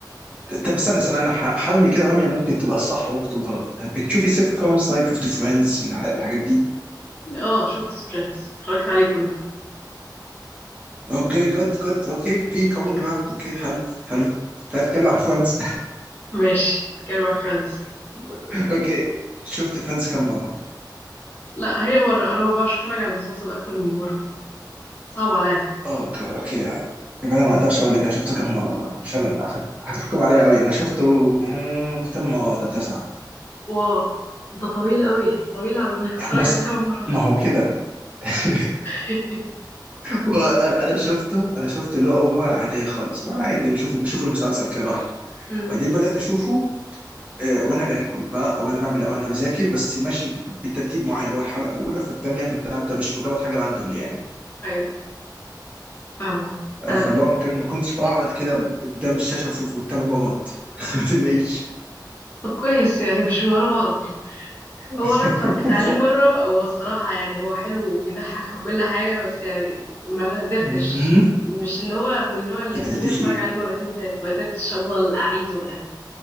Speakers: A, on the right; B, on the left.
A: طب استنى استنى انا ح- هرمي كده رميه ممكن تبقى صح وممكن تبقى غلط بتشوفي سيت كومز طيب شفت فريندز الحاجات دي
B: اه شفت فريندز اتفرجت عليه كله
A: اوكي جود جود اوكي في كومن جراوند اوكي حلو حلو تعال نتكلم عن فريندز
B: ماشي كان مع فريندز
A: <laughs> اوكي شفت فريندز كم مره
B: لا هي مرة انا ما بعرفش اتفرج على مسلسل اكتر من مرة صعب عليا
A: اوكي اوكي يعني يبقى انا ما اقدرش اقول لك انا شفته كم مره بقى عشان هت- هتحكم عليا قوي انا شفته مم، ثمان مرات او تسعه
B: واو ده طويل قوي طويل على انك تتفرج
A: بس
B: عليه كمان مرة
A: ما هو كده <laughs>
B: <laughs>
A: وانا انا شفته انا شفته اللي هو اول مره العاديه خالص اللي هو العادي اللي بشوفه بشوف المسلسل كده لوحده
B: امم
A: وبعدين بدات اشوفه آه، وانا باكل بقى او انا بعمل او انا بذاكر بس ماشي بت- بترتيب معين اللي هو الحلقه الاولى في الثانيه في الثالثه مش مجرد حاجه راندوملي يعني
B: ايوه فاهمة انا
A: آه، فاللي
B: كنت
A: هو ما كان- ما كنتش بقعد كده قدام الشاشه بشوفه ثمان مرات <laughs> ما تقلقيش
B: طب كويس يعني مش ورا بعض
A: <laughs>
B: هو انا اتفرجت عليه مره هو الصراحه يعني هو حلو وبيضحك وكل حاجه بس يعني ما قدرتش
A: مهم.
B: مش اللي هو من النوع اللي يخليني
A: ما حسيتيش
B: اتفرج
A: ايه؟
B: عليه مرتين تلاته ما قدرتش افضل اعيده يعني